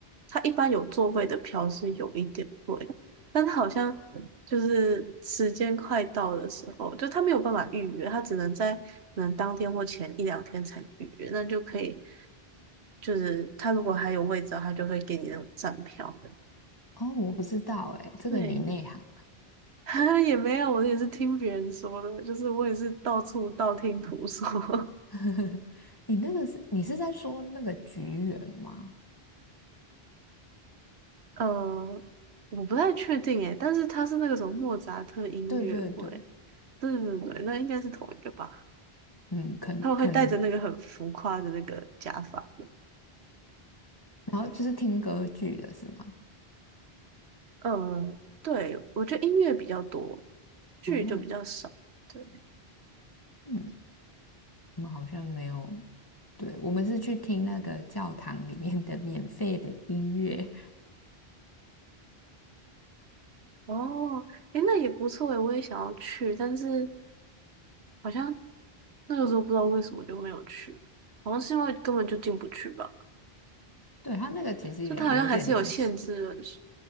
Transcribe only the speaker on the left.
哦，我不知道哎，这个你内行。
<laughs> 你那个是你是在说那个菊园吗？
对对对，
嗯，可可能，
然后就是听歌剧的是吗？
哦，
嗯，我们好像没有，对，我们是去听那个教堂里面的免费的音乐。
对，它那个其实也有点临时，